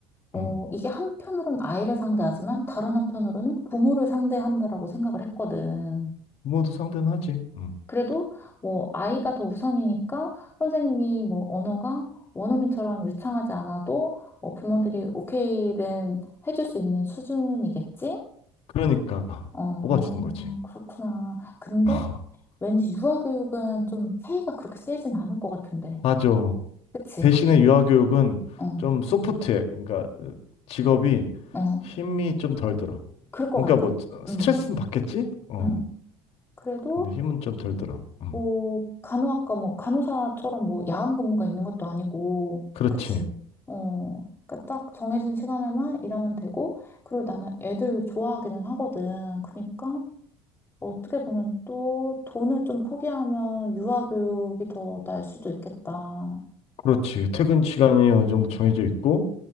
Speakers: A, on the left; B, on the left.
A: 어,
B: 응.
A: 이게 한편으로는 아이를 상대하지만 다른 한편으로는 부모를 상대한다라고 생각을 했거든.
B: 모두 상대는 하지. 응.
A: 그래도 뭐 아이가 더 우선이니까 선생님이 뭐 언어가 원어민처럼 유창하지 않아도 뭐 부모들이 오케이는 해줄 수 있는 수준이겠지?
B: 그러니까
A: 어,
B: 뽑아주는 거지.
A: 그렇구나. 근데
B: <laughs>
A: 왠지 유아교육은 좀 페이가 그렇게 세진 않을 것 같은데.
B: 맞아.
A: 그치?
B: 대신에 유아교육은
A: 어,
B: 좀 소프트해. 그러니까 직업이
A: 어.
B: 힘이 좀 덜 들어.
A: 그럴 것
B: 그러니까
A: 같아.
B: 뭐 스트레스는
A: 음,
B: 받겠지? 어.
A: 음. 그래도
B: 근데 힘은 좀 덜 들어. 음.
A: 뭐, 간호학과 뭐, 간호사처럼 뭐, 야간 근무가 있는 것도 아니고,
B: 그렇지.
A: 그치? 어, 그러니까 딱 정해진 시간에만 일하면 되고, 그리고 나는 애들 좋아하기는 하거든. 그러니까, 어떻게 보면 또 돈을 좀 포기하면 유아교육이 더 나을 수도 있겠다. 어,
B: 그렇지. 퇴근 시간이 어느 정도 정해져 있고